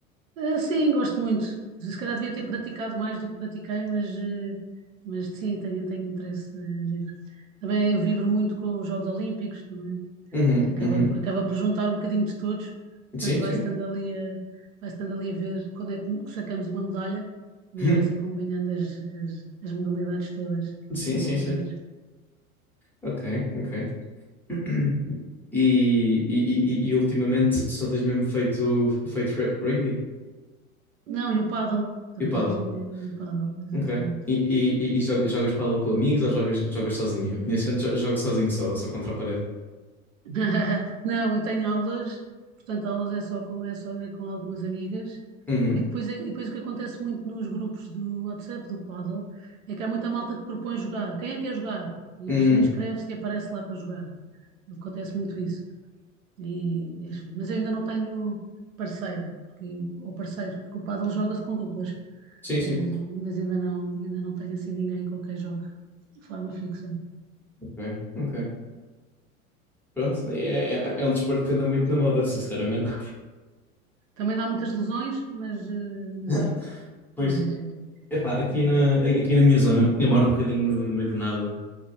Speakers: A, on the right (about 65°); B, in the centre.
A: Eh, Sim, gosto muito. Se calhar devia ter praticado mais do que pratiquei, mas, eh, mas sim, tenho, tenho interesse. eh, giro. Também vibro muito com os Jogos Olímpicos, também.
B: Uhum,
A: Acaba,
B: uhum.
A: por- acaba por juntar um bocadinho de todos,
B: Sim,
A: portanto vai
B: sim.
A: estando ali a, vai estando ali a ver quando é que sacamos uma medalha, mas
B: <laughs>
A: vai-se acompanhando as, as, as modalidades todas.
B: Sim, sim,
A: É
B: sim.
A: giro.
B: Ok, ok. <clears throat> E, e, e, e ultimamente só tens mesmo feito, feito re- rugby
A: Não, e o pádel, também
B: e paddle?
A: já tinha eh, o pádel, exatamente.
B: Ok. E, e, e e jo- jogas paddle com amigos ou jogas, jogas sozinha? Eu conheço gente, jo- jogo sozinho só, só contra a parede.
A: <laughs> Não, eu tenho aulas, portanto, aulas é só com, é só é com algumas amigas.
B: Uhum.
A: E depois, é- e depois o que acontece muito nos grupos do WhatsApp, do Paddle, é que há muita malta que propõe jogar. Quem é que quer jogar? E
B: Hum,
A: a pessoa inscreve-se e aparece lá para jogar. Acontece muito isso. E, enfim, mas eu ainda não tenho parceira, porque, ou parceiro, porque o Paddle joga-se com duplas.
B: sim, sim.
A: Mas, mas ainda não, ainda não tenho assim ninguém com quem jogue de forma fixa.
B: Ok, ok. Pronto, é, é, é um desporto que anda muito na moda, sinceramente.
A: Também dá muitas lesões, mas, eh, mas
B: <laughs>
A: é giro.
B: Pois,
A: Mas é giro.
B: epá, aqui
A: é giro.
B: na, aqui na minha zona, eu moro um bocadinho no, no meio do nada,